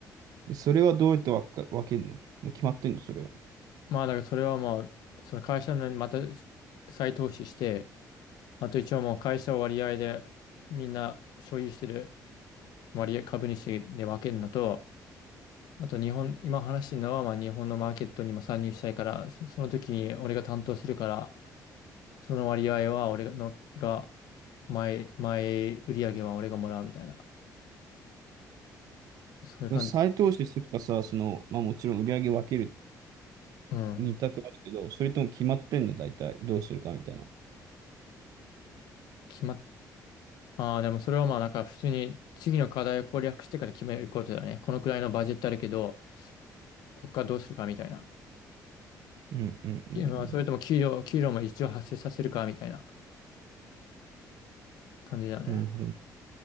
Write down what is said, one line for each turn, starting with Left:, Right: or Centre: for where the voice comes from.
Right: でそれはどうやってわか、分けるのもう決まってんのそれは。
Left: まあ、だからそれはまあ、その会社のにまた再投資して、あと一応もう会社を割合でみんな所有してる割合株主で分けるのと、あと日本、今話してるのはまあ日本のマーケットにも参入したいから、そその時に俺が担当するから、その割合は俺のが、前、前売り上げは俺がもらうみたいな。そういう感じで。
Right: 再投資するかさ、その、まあもちろん売り上げ分ける
Left: うん。
Right: た択あるけど、それとも決まってんの、大体。どうするかみたいな。
Left: 決まっ、ああ、でもそれはまあなんか普通に次の課題を攻略してから決めることだよね。このくらいのバジェットあるけど、こっからどうするかみたいな。
Right: うんうんうん
Left: いやまあ、それとも給料、給料も一応発生させるかみたいな感じだよね。
Right: うん。なるほど。